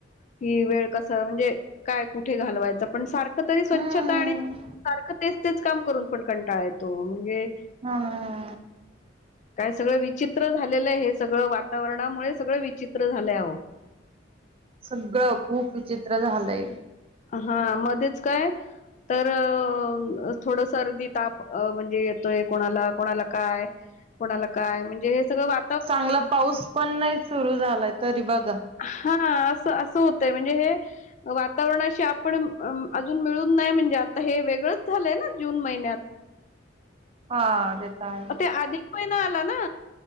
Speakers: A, on the left (about 40°); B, on the right (about 30°).
A: कि वेळ कस म्हणजे काय कुठे घालवायचं पण सारखं तरी स्वच्छता
B: हम्म
A: आणि सारखं ते तेच काम करून पण कंटाळ येतो म्हणजे
B: हा ह ह.
A: काय सगळं विचित्र झालेलं आहे हे सगळं वातावरणामुळे सगळं विचित्र झालंय ओ.
B: सगळं खूप विचित्र झालंय.
A: हा मध्येच काय तर अ थोड सर्दी, ताप म्हणजे येतोय कोणाला, कोणाला काय, - कोणाला काय म्हणजे हे सगळं वा
B: चांगला पाऊस पण नाही सुरू झालाय तरी बघा.
A: हा ना असं असं होतय म्हणजे हे वा वावरणाशी आपण अजून मिळून नाही म्हणजे आता हे वेगळंच झालंय ना जून महिन्यात.
B: हा तेेत आहे.
A: अ, ते अधिक महिना आला ना.